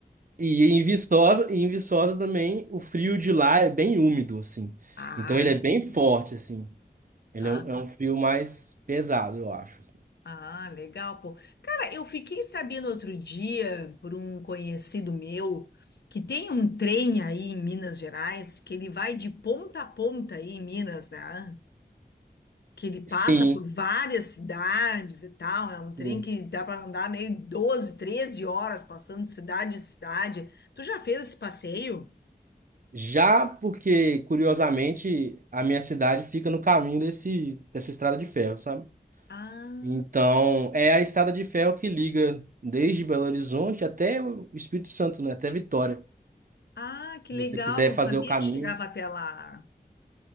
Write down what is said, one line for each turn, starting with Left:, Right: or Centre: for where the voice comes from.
Right: e em Viçosa, e em Viçosa também o frio de lá é bem úmido assim.
Left: Ah,
Right: Então ele é bem
Left: entendi.
Right: forte assim. Ele
Left: Ah,
Right: é um, é um frio mais pesado, eu acho. assim.
Left: ah, legal, pô. Cara, eu fiquei sabendo outro dia por um conhecido meu que tem um trem aí em Minas Gerais que ele vai de ponta a ponta aí em Minas, né? Que ele passa
Right: Sim,
Left: por várias cidades e tal. É um
Right: sim.
Left: trem que dá para andar nele 12 13 horas passando de cidade em cidade. Tu já fez esse passeio?
Right: Já porque, curiosamente, a minha cidade fica no caminho desse, dessa estrada de ferro, sabe?
Left: Ah,
Right: Então, é a estrada de ferro que liga desde Belo Horizonte até o Espírito Santo, né? Até Vitória.
Left: ah, que
Right: Se
Left: legal,
Right: você quiser
Left: não
Right: fazer
Left: sabia
Right: o caminho,
Left: que chegava até lá.